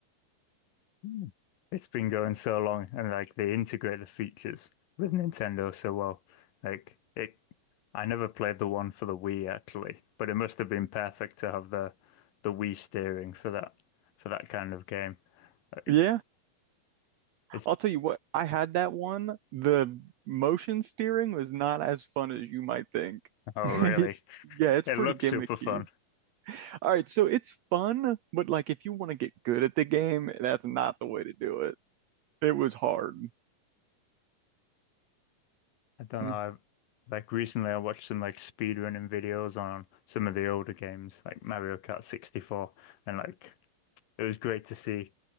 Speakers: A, on the left (about 75°); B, on the right (about 85°).
A: Mm. It's been going so long, and like they integrate the features with Nintendo so well. Like it, I never played the one for the Wii actually, but it must have been perfect to have the the Wii steering for that for that kind of game. Like
B: Yeah.
A: it's
B: I'll tell you what, I had that one. The motion steering was not as fun as you might think. <laughs>
A: oh
B: It's,
A: really?
B: yeah, it's
A: It
B: pretty
A: looks
B: gimmicky.
A: super fun.
B: All right, so it's fun, but like if you want to get good at the game, that's not the way to do it. It was hard.
A: I don't
B: Mm.
A: know. I've, like recently, I watched some like speedrunning videos on some of the older games, like Mario Kart 64, and like it was great to see